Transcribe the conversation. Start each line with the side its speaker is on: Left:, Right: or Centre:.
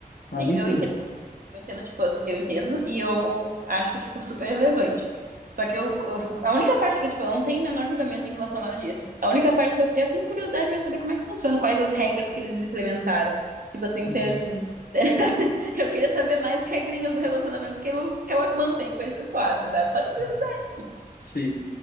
Left: Mas
Right: sim,
Left: enfim,
Right: eu entendo. Eu entendo, tipo, eu entendo e eu acho, tipo, super relevante. Só que eu, eu- a única parte que, tipo, eu não tenho o menor julgamento em relação a nada disso. A única parte que eu, eu tenho curiosidade de saber como é que funciona, quais as regras que eles implementaram. Tipo assim,
Left: Uhum,
Right: se eles. <laughs> Eu queria saber mais regrinhas do relacionamento que, eles, que ela mantém com esses quadros, sabe? Só de curiosidade.
Left: uhum. sim.